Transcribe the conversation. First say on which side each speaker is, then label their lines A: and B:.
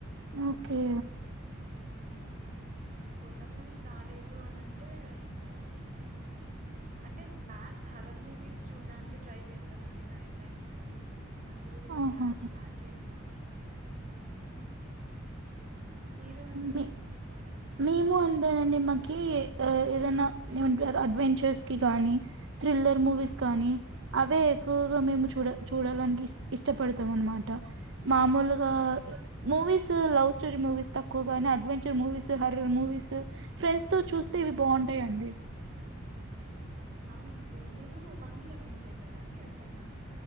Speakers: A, on the right; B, on the right.
A: ఓకే
B: ఉమ్ ఇంకా కొత్త మూవీస్ రాలేదు అని అంటే ఇంకా ప్చ్ అంటే మ్యాక్స్ హరర్ మూవీస్ చూడ్డానికి ట్రై చేస్తామండి నైట్ టైమ్స్. అందరూ
A: ఆహా
B: ప్లాన్ ప్లాన్ చేసుకొని. మీరు అండి.
A: మీ మేము అంతేనండి మాకి ఏదైనా అడ్వెంచర్స్ కి కానీ థ్రిల్లర్ మూవీస్ కానీ అవే. ఎక్కువగా మేము
B: ఉమ్,
A: చూడ చూడాలనిపిస్ ఇష్టపడతాం అనమాట మామూలు ఆహ్
B: okay.
A: Movies. Love story movies తక్కువగానే adventure movies. Horror movies. Friends తో చూస్తే
B: హ్మ్.
A: ఇవి బాగుంటాయండి.
B: అవునండి. మీరు బంగి జంపింగ్ చేసారా అండి ఎప్పుడైనా